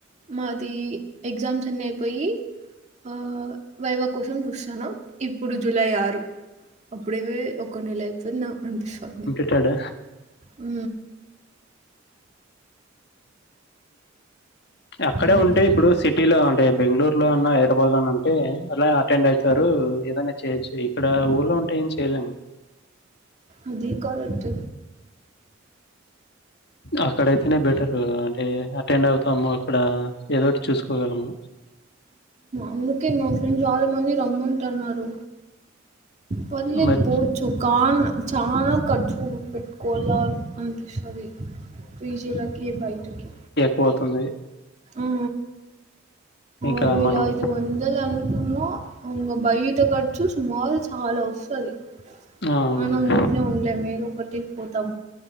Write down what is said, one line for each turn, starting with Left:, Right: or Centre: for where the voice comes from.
Right: మాదీ ఎగ్జామ్స్ అన్నీ అయిపోయి. ఆ వైవా కోసం చూస్తానం ఇప్పుడు జూలై ఆరు అప్పుడేవ ఒక నెల అయిపోయిందా అని అనిపిస్తోంది.
Left: ట్టడు
Right: ఊ
Left: ఇగ అక్కడే
Right: ఇది
Left: ఉంటే
Right: ఒకటి
Left: ఇప్పుడూ సిటీలో ఉం టే బెంగళూరు లో అన్నా హైదరాబాద్లో అన్న ఉంటే అట్లా అటెండ్ అయితరూ ఏదన్నా చేయొచ్చు. ఇక్కడా ఊళ్ళో ఉంటే ఏం చేయలేము.
Right: అది కరెక్ట్
Left: అక్కడైతేనే బెటరు అంటే అటెండ్ అవుతాము అక్కడా ఏదోటి చూసుకోగలము.
Right: అందుకే మా ఫ్రెండ్స్ చాలా మంది రమ్మంటన్నారు. పర్లేదు
Left: బట్
Right: పోవచ్చు కాన్ చానా ఖర్చులూ. పెట్టుకోవాలా అనిపిస్తది పీజీలకి బయటకి.
Left: పోతున్నయి
Right: ఆ
Left: ఇంకా
Right: అరు వేలా
Left: మనం
Right: అయిదు వ వందలు అనుకున్నా ఇంగ బయట ఖర్చు సుమారు చాలా వస్తది.
Left: ఆ, అవునండి
Right: అవునా మూట్నే ఉండలేం ఏదో ఒకటిక్ పోతాం.